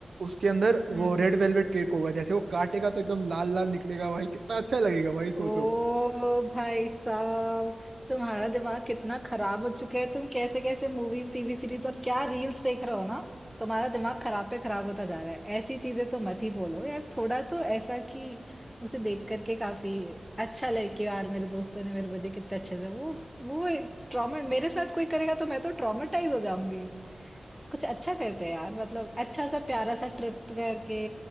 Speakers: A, on the right (about 75°); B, in the centre.
A: उसके अंदर वो
B: हम्म
A: रेड वेलवेट केक होगा जैसे वो काटेगा तो एकदम लाल लाल निकलेगा भाई कितना अच्छा लगेगा भाई सोचो
B: ओ भाई साहब तुम्हारा दिमाग कितना खराब हो चुका है तुम कैसे कैसे मूवीज टीवी सीरीज और क्या रील्स देख रहे हो ना तुम्हारा दिमाग खराब पे खराब होता जा रहा है ऐसी चीजें तो मत ही बोलो यार थोड़ा तो ऐसा कि उसे देख करके काफी अच्छा लगे कि यार मेरे दोस्तों ने मेरे बर्थडे कितने अच्छे से वो वो ट्रॉमा मेरे साथ कोई करेगा तो मैं तो ट्रॉमेटाइज हो जाऊंगी कुछ अच्छा करते हैं यार मतलब अच्छा सा प्यारा सा ट्रिप करके